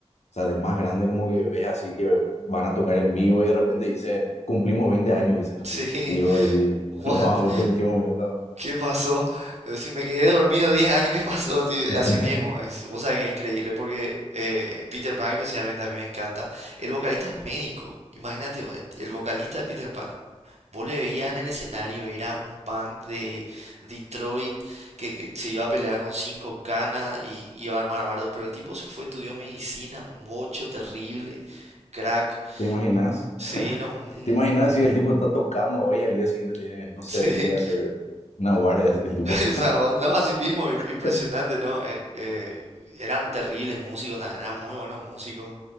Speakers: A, on the left (about 80°); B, on the right (about 75°).
A: o sea, de más grande, como que ves así que van a tocar en vivo y de repente dicen, cumplimos 20 años, dicen así.
B: Sí, <laughs>
A: Y yo así, <laughs> wow,
B: what?
A: ¿esto en qué momento?
B: ¿Qué pasó? Eh, Si me quedé dormido 10 años, ¿qué pasó? Así,
A: <laughs>
B: así mismo, es, vos sabés que es increíble, porque eh, Peter Pan especialmente a mí me encanta. El vocalista es médico, imagínate, vos, el vocalista de Peter Pan. Vos le veías en el escenario, era un punk de Detroit que, que se iba a pelear con cinco canas y iba a armar bardo, pero el tipo se fue, estudió medicina, un bocho terrible, crack,
A: ¿Te imaginas?
B: sí,
A: <laughs>
B: no, un, un-
A: ¿Te imaginas si el tipo está tocando hoy y al día siguiente tiene, no sé,
B: <laughs>
A: tiene
B: sí,
A: que hacer una guardia el tipo?
B: Esa on- no, así mismo, im-
A: <laughs>
B: impresionante, ¿no? Eh, eh, eran terribles músicos, ta- eran muy buenos músicos,